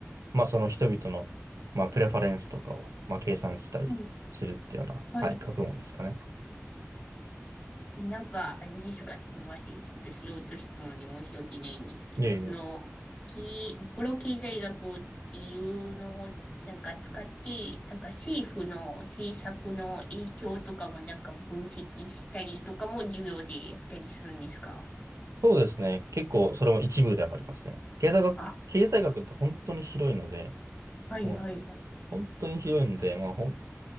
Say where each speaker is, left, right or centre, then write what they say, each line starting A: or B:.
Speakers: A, on the right; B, on the left.
A: まあ、その人々の、まあ、プレファレンスとかを、まあ、計算したりするっていうような、
B: うん、はい。
A: はい、学問ですかね。
B: えなんか、あれですか、すみません。ちょっと素人質問で申し訳ないんですけど、
A: いやいや。
B: その、き、マクロ経済学っていうのをなんか使って、なんか政府の政策の影響とかもなんか分析したりとかも授業でやったりするんですか
A: そうですね。結構それも一部ではありますね。経済学、
B: あ、
A: 経済学って本当に広いので、
B: はい、
A: もう
B: はい。
A: 本当に広いので、まあ、ほん